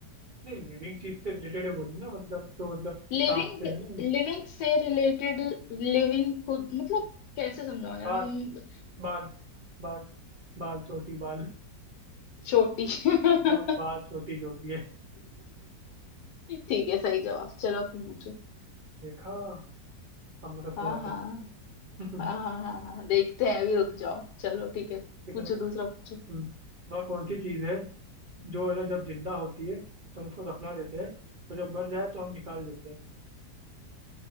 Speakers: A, on the right; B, on the left.
A: नहीं लिविंग चीज से रिलेटेड है बोली ना मतलब तो मतलब
B: लिविंग
A: सांप से है ना
B: लिविंग से रिलेटेड लिविंग खुद मतलब कैसे समझाओ यार
A: बाल
B: हम्म,
A: बाल बाल बाल चोटी बाल
B: छोटी <laughs>
A: हाँ भाई, बाल चोटी जो भी है
B: ठीक है सही जवाब चलो तुम पूछो
A: देखा हमको सब
B: हाँ
A: कुछ आता
B: हाँ
A: है <laughs>
B: हाँ हाँ हाँ हाँ देखते हैं अभी रुक जाओ चलो ठीक है
A: कितना
B: पूछो दूसरा पूछो
A: हम्म, वह कौन सी चीज है जो है ना जब जिंदा होती है तो हम उसको दफना देते हैं और जब मर जाए तो हम निकाल देते हैं